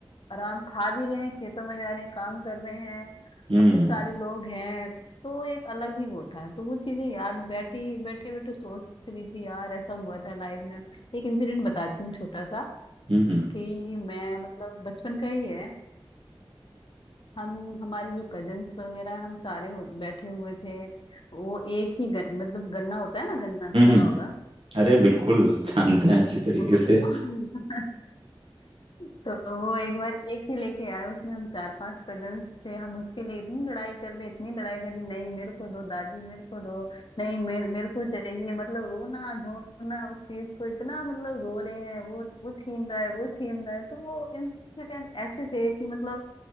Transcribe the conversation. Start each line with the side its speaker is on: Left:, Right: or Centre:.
Left: आराम खा भी रहे हैं खेतों में जा रहे हैं काम कर रहे हैं
Right: हम्म
Left: अपने सारे लोग हैं तो एक अलग ही वो था तो वो चीजें याद बैठी बैठे बैठे सोच रही थी यार ऐसा हुआ था लाइफ में एक इंसिडेंट बताती हूँ छोटा सा
Right: हम्म
Left: कि मैं मतलब बचपन का ही है हम हमारे जो कजन्स वगैरह हैं, हम सारे हो, बैठे हुए थे वो एक ही गन, मतलब गन्ना होता है ना गन्ना सुना
Right: हम्म
Left: होगा
Right: अरे बिल्कुल जानते हैं अच्छी तरीके
Left: तो
Right: से
Left: <laughs> तो वो एक बार एक ही लेके आए उसमें हम चार पांच कजन्स थे हम उसके लिए इतनी लड़ाई कर रहे इतनी लड़ाई कर रहे नहीं मेरे को दो दादी मेरे को दो नहीं मेरे मेरे को चाहिए मतलब रोना धोना उस चीज को इतना मतलब रो रहे हैं वो वो छीन रहा है वो छीन रहा है तो वो इंसिडेंट ऐसे थे कि मतलब